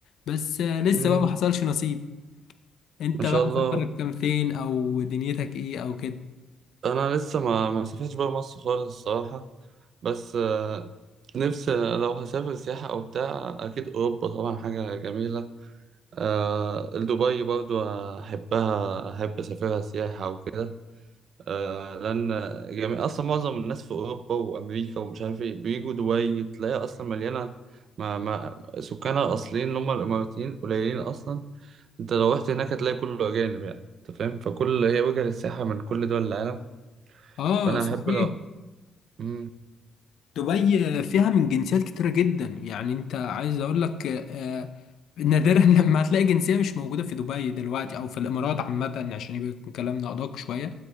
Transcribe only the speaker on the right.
امم
ما شاء
الله
انا لسه ما ما سافرتش بره مصر خالص الصراحه بس آه، نفسي لو هسافر سياحه او بتاع اكيد اوروبا طبعا حاجه جميله آه، دبي برضو احبها احب اسافرها سياحه وكده آه، لان جميع اصلا معظم الناس في اوروبا وامريكا ومش عارف ايه بيجوا دبي تلاقيها اصلا مليانه ما ما سكانها الاصليين اللي هم الاماراتيين قليلين اصلا انت لو رحت هناك هتلاقي كله اجانب يعني انت فاهم فكل هي وجهه للسياحه من كل دول العالم
فانا
احب لو مم.